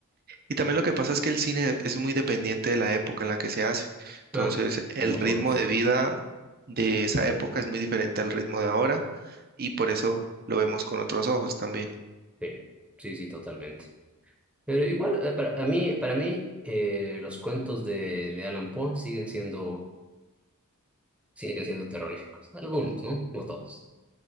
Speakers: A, on the right; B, in the centre.
A: Y también lo que pasa es que el cine es muy dependiente de la época en la que se hace. Entonces,
B: Ah,
A: el
B: como
A: ritmo
B: todo, sí.
A: de vida de esa época es muy diferente al ritmo de ahora y por eso lo vemos con otros ojos también.
B: Sí, sí, sí, totalmente. Pero igual, eh, para a mí, para mí eh, los cuentos de, de Alan Poe siguen siendo siguen siendo terroríficos. Algunos, ¿no? No todos.